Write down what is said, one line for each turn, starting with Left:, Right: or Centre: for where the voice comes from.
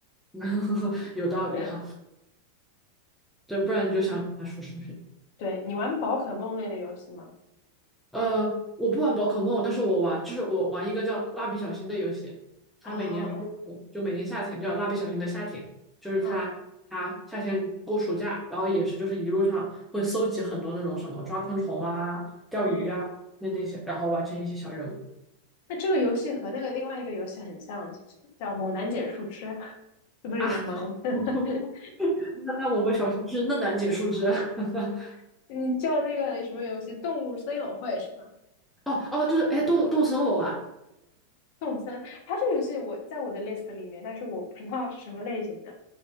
Centre: <laughs> 有道理哈。
Left: <laughs> 嗯
Centre: 对，不然你就想把它说出去。
Left: 嗯，对，你玩宝可梦类的游戏吗？
Centre: 呃，我不玩宝可梦，但是我玩，就是我玩一个叫蜡笔小新的游戏，它每年出一个就每年夏天叫蜡笔小新的夏天，
Left: 啊，
Centre: 就是它它夏天过暑假，
Left: 嗯
Centre: 然后也是就是一路上会搜集很多那种什么抓昆虫啊、钓鱼啊那那些，
Left: 嗯，
Centre: 然后完成一些小任务
Left: 那这个游戏和那个另外一个游戏很像，就是叫《猛男捡树枝》，<laughs> 不是就是猛男捡，
Centre: 啊。<laughs> 那那我们小新是嫩楠解树枝。<laughs>
Left: <laughs> 你叫那个什么游戏《动物森友会》是吧？
Centre: 哦哦，就是哎，动动森我玩，
Left: 动物森，它这个游戏我在我的 list 里面，但是我不知道是什么类型的，